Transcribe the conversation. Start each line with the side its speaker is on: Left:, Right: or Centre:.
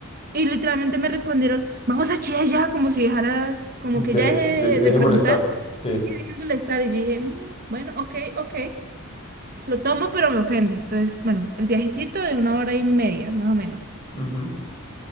Right: Y literalmente me respondieron, vamos a Chía ya, como si dejara, como
Left: De,
Right: que ya dejé
Left: de- deje
Right: de, preguntar
Left: molestar. Sí.
Right: y dejé de molestar. Y yo dije, "Mm, bueno, ok, ok, lo tomo, pero me ofende. Entonces, bueno, el viajecito de una hora y media, más o menos.
Left: ujú.